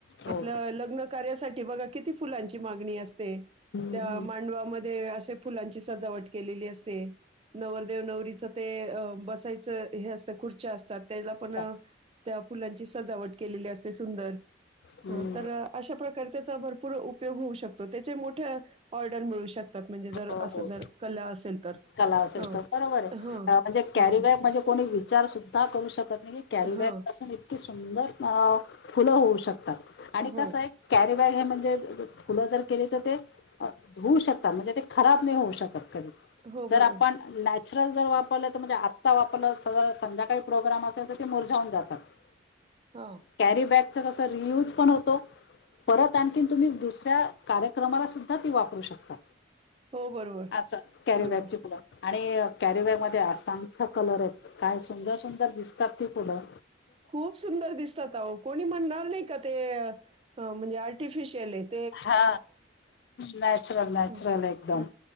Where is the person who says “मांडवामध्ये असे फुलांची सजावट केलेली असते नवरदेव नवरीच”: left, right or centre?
Right